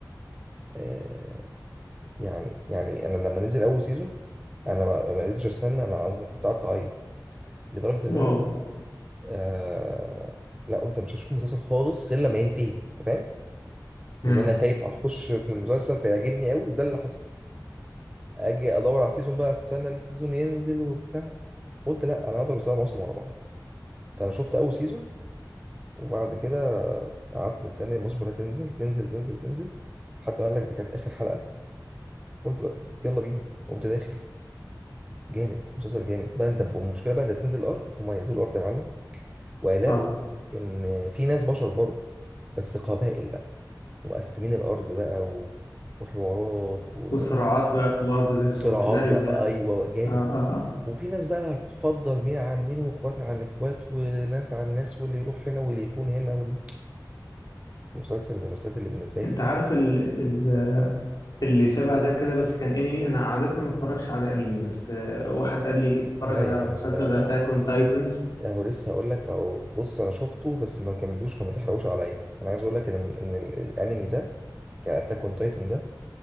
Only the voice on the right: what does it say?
آه يعني يعني انا لما نزل اول سيزون انا ما ما قدرتش استنى انا ممكن كنت قعدت اعيط لدرجه ان
انا آه لا قلت مش هشوف المسلسل خالص غير لما ينتهي انت فاهم
لان انا خايف اخش في المسلسل فيعجبني قوي وده اللي حصل اجي ادور على السيزون بقى استنى السيزون ينزل وبتاع قلت لا انا هضرب سبع مواسم ورا بعض فانا شفت اول سيزون وبعد كده قعدت مستني الماتش كلها تنزل تنزل تنزل تنزل لحد ما قال لك ده كانت اخر حلقه قلت بس يلا بينا قمت داخل جامد مسلسل جامد بقى انت المشكله بقى انت بتنزل الارض هم ينزلوا الارض يا معلم وهيلاقوا
ان في ناس بشر برضه بس قبائل بقى ومقسمين الارض بقى و... وحوارات و...
وصراعات
بقى
ايوه جامد
وفي ناس بقى هتفضل مين عن مين واخوات عن اخوات وناس عن ناس واللي يروح هنا واللي يخون هنا واللي... مسلسل من المسلسلات اللي بالنسبه لي
لا
يا عم
لا
اهو لسه هقول لك اهو بص انا شفته بس ما كملوش فما تحرقوش عليا انا عايز اقول لك ان ان ال- الانمي ده كاتاك اون تايتن ده